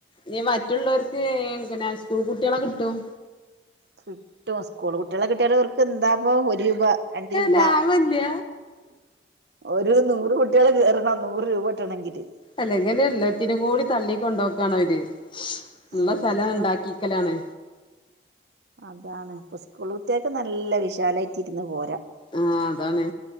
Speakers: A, on the left; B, on the right.
A: ഇഞ് മറ്റുള്ളോര്ക്ക് പിന്നെ സ്കൂൾ കുട്ട്യളെ കിട്ടും
B: കിട്ടും സ്കൂൾ കുട്ട്യളെ കിട്ടിയാലോർക് എന്ത പ്പോ ഒരു രൂപ രണ്ട് രൂപ
A: ലാഭല്ല്യ
B: ഒരു നൂറ് കൊട് ട്ട്യള് കേറണം നൂറ് രൂപട്ടണെങ്കില്
A: അല്ലെങ്കിൽ എല്ലാത്തിനും കൂടി തള്ളി കൊണ്ടുപോക്കണ അവര് ഇള്ള
B: ആഹ്
A: സ്ഥലം ഇണ്ടാക്കീക്കലാണ്
B: അതാണ് ഇപ്പൊ സ്കൂൾ കുട്ടികൾക്ക് നല്ല വിശാലായിട്ട് ഇരുന്ന് പോരാ
A: ആഹ് അതാണ്